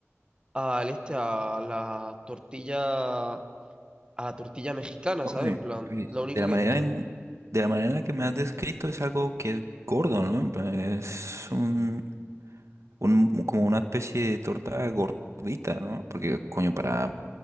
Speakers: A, on the right; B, on the right.
A: al este, a la tortilla a la tortilla mexicana,
B: Hombre,
A: ¿sabes? En plan,
B: pues,
A: lo único
B: de la
A: que,
B: manera
A: que-
B: en, de la manera en la que me has descrito es algo que es gordo, ¿no? En plan, Es un, un- como una especie de torta gordita, ¿no? Porque coño, para